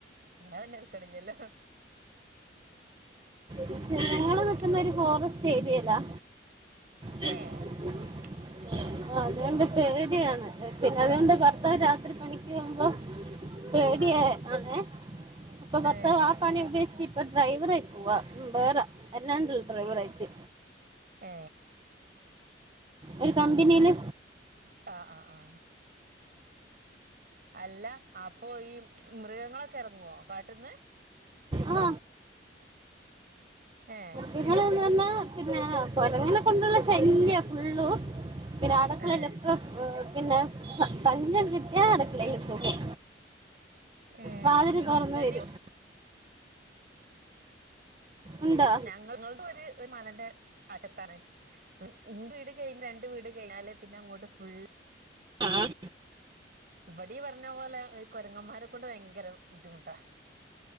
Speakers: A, on the right; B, on the right.
A: അങ്ങനെ പിന്നെ ഇക്കടില്ലല്ലോ.
B: പക്ഷെ
A: ഉം
B: ഞങ്ങള് നിക്കുന്ന ഒരു ഫോറസ്റ്റ് ഏരിയല്ലാ. <unintelligible>
A: ഏ <unintelligible>
B: <inaudible> ആ അതുകൊണ്ട് പേടിയാണ്. പിന്നെ അതുകൊണ്ട് ഭർത്താവ് രാത്രി പണിക്ക് പോകുമ്പോ പേടിയാണേ,
A: ആ
B: അപ്പൊ ഭർത്താവ്
A: ഏ
B: ആ പണി ഉപേക്ഷി പ്പി ഡ്രൈവറായി പോവാ. ഉം വേറെ എല്ലാണ്ടുള്ള ഡ്രൈവറായിട്ട്.
A: ഏ
B: ഒരു കമ്പനിയില്.
A: ആ ആ ആ അല്ല! അപ്പൊ ഈ മൃഗങ്ങളൊക്കെ ഇറങ്ങുവോ? കാട്ടീന്ന്.
B: ങ്ങ
A: ഏ
B: നിങ്ങളെവിടുന്ന? പിന്നെ കൊരങ്ങനെ കൊണ്ടുള്ള ശല്യ ഫുുള്ളും പിന്നെ അടക്കളയിലൊക്കെ
A: ഏ
B: പിന്നെ തഞ്ചം കിട്ടിയ അടുക്കളയല് കേറും.
A: ഏ
B: വാതില് തുറന്നു
A: ഇവിടെ
B: വരും. ഉണ്ടോ
A: ഞങ്ങളുടെ ഒരു മലന്റെ അടുത്താണ്. ൻ്റെ വീട് കഴിഞ്ഞു രണ്ട് വീട് കഴിഞ്ഞാലേ പിന്നെ അങ്ങോട്ട് ഫുള്
B: ആഹ
A: ഇവിടെ ഈ പറഞ്ഞ പോലെ ഈ കുരങ്ങമാരെക്കൊണ്ട് ഭയങ്കര ബുദ്ധിമുട്ടാ.